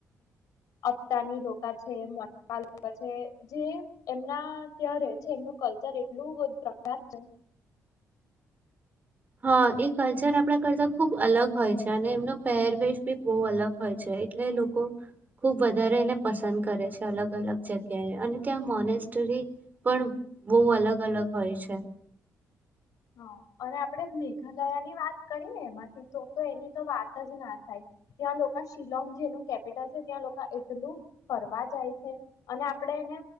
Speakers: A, on the left; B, on the right.
A: અપતાની લોકા છે, <unintelligible> લોકા છે જે, એમના ત્યાં રે છે, એમનું કલ્ચર એટલું બધું પ્રખ્યાત છે.
B: હા એ કલ્ચર આપણા કરતા ખૂબ અલગ હોય છે અને એમનો પહેરવેશ બી બહુ અલગ હોય છે. એટલે લોકો ખુબ વધારે એને પસંદ કરે છે. અલગ અલગ જગ્યાએ અને ત્યાં મોનેસ્ટરી પણ બહુ અલગ અલગ હોય છે.
A: હા અને આપડે મેઘાલયા ની વાત કરીએ એમાંથી તો એની તો વાત જ ના થાય. ત્યાં લોક શિલોંગ જેનું કેપિટલ છે, ત્યાં લોક એટલું ફરવા જાય છે અને આપણે એને